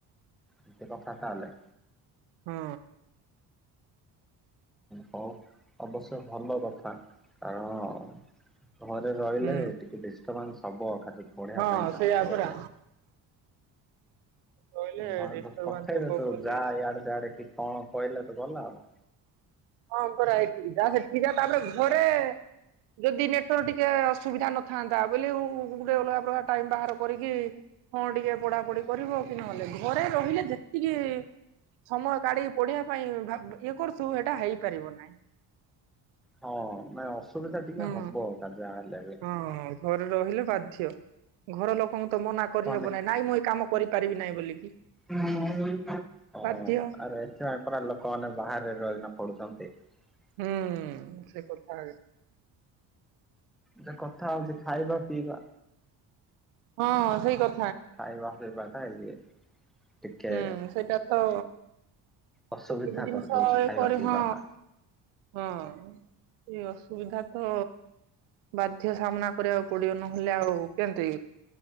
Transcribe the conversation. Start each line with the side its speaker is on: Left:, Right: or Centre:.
Centre: ଏ କଥା ତାହେଲେ।
Right: ହୁଁ।
Centre: ହଉ ଅବଶ୍ୟକ ଭଲ କଥା କାରଣ ଘରେ ରହିଲେ
Right: ହୁଁ
Centre: ଟିକେ ବିଷ୍ଟବାନ୍ ହବ ଖାଲି ବଢିବା
Right: ହଁ
Centre: ପାଇଁ ଚାହସ୍
Right: ସେଇଆ
Centre: ରହିଲେ।
Right: ପରା କହିଲେ
Centre: ଘ
Right: ଡିଷ୍ଟର୍ବାନ୍ସ
Centre: ପଠେଇବେ
Right: ହବ
Centre: ତୁ
Right: ବୋଲି
Centre: ଯା ଇଆଡେ ସିଆଡେ କି କଣ କହିଲେ ତ ଗଲା ଆଉ।
Right: ହଁ ପ କରା ଏଇିଠି ଯା ସେଠିକ ଯା ତାପରେ ଘରେ ଯଦି ନେଟୱର୍କ ଟିକେ ଅସୁବିଧା ନଥାନ୍ତା ବୋଲି ଗୋଟେ ଅଲଗା ପ୍ରକାର ଟାଇମ୍ ବାହାର କରିକି ହଁ ଟିକେ ପଢାପଢି କରିବ କି ନହେଲେ ଘରେ ରହିଲେ ଯେତିକି ସମୟ କାଢିକି ପଢିବା ପାଇଁ ଭାବ ଇଏ କରୁଥିବୁ ହେଇଟା ହେଇପାରିବ ନାହିଁ।
Centre: ହଁ ମାନେ ଅସୁବିଧା ଟିକେ
Right: ହୁଁ
Centre: ହବ ତା ଯାହା ହେଲେ ବି
Right: ହଁ ଘରେ ରହିଲେ ବାଧ୍ୟ ଘର ଲୋକଙ୍କୁ ତ ମନା କରିହେବ
Centre: ମାନେ
Right: ନାଇଁ, ନାଇଁ ମୁଁ ଏଇ କାମ କରିପାରିବି ନାହିଁ ବୋଲିକି
Centre: ହଁ
Right: ବାଧ୍ୟ।
Centre: ଆରେ ଏଥିପାଇଁ ପୁରା ଲୋକମାନେ ବାହାରେ ରହିକିନା ପଡୁଛନ୍ତି। <unintelligible>
Right: ହୁଁ ସେ କଥାହେବେ।
Centre: ଯେ କଥା ହଉଛି ଖାଇବା ପିଇବା
Right: ହଁ ସେଇ କ
Centre: ଖାଇବା ପିଇବାଟା ଇଏ ଟିକେ
Right: ହୁଁ ସେଇଟା ତ
Centre: ଅସୁବିଧା
Right: ଆଉ ଯେତିକି ଜିନିଷ
Centre: କରିଦଉଛି ଖାଇବା
Right: ଏ ପରେ
Centre: ପିଇବାଟା।
Right: ହଁ ହଁ ଏ ଅସୁବିଧା ତ ବାଧ୍ୟ ସାମ୍ନା କରିବାକୁ ପଡିବ ନହେଲେ ଆଉ କେମତି